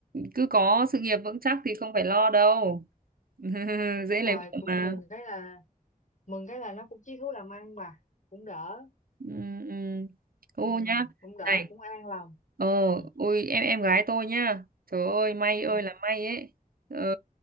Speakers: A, on the right; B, on the left.
A: cứ có sự nghiệp vững chắc thì không phải lo đâu. <laughs> Dễ
B: đúng rồi
A: lấy vợ
B: cũng
A: mà.
B: mừng cái là mừng cái là nó cũng chí thú làm ăn bà cũng đỡ
A: ừ, ừ. ô
B: ừ.
A: nhá
B: cũng đỡ
A: này
B: cũng an lòng
A: ờ
B: ừ.
A: ôi em em gái tôi nhá trời ơi may ơi
B: ừ.
A: là may ấy ờ,